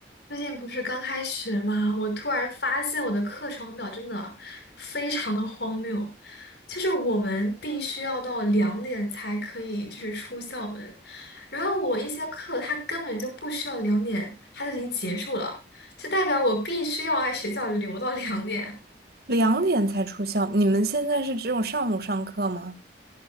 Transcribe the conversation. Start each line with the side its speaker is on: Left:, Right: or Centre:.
Left: 最近不是刚开学吗？我突然发现我的课程表真的非常的荒谬，就是我们必须要到两点才可以就是出校门，然后我一些课它根本就不需要两点，它就已经结束了，就代表我必须要在学校留到两点。
Right: 两点才出校，你们现在是只有上午上课吗？